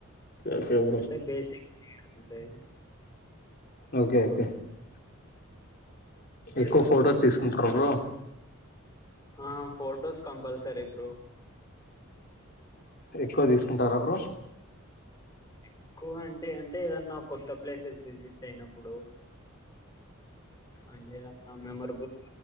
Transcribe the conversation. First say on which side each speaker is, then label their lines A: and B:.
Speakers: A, on the left; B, on the left.
A: ఓకే బ్రో
B: అంటే బేసిక్ నీడ్ అంతే
A: ఓకే ఓకే
B: మీరు
A: ఎక్కువ ఫొటోస్
B: బ్రో
A: తీసుకుంటార బ్రో
B: ఆ ఫొటోస్ కంపల్సరీ బ్రో
A: ఎక్కువ తీసుకుంటార బ్రో
B: ఎక్కువ అంటే అంటే ఏదన్నా కొత్త ప్లేసెస్ విజిట్ టెయినప్పుడు అంతే ఇగ ఆ మెమరిబుల్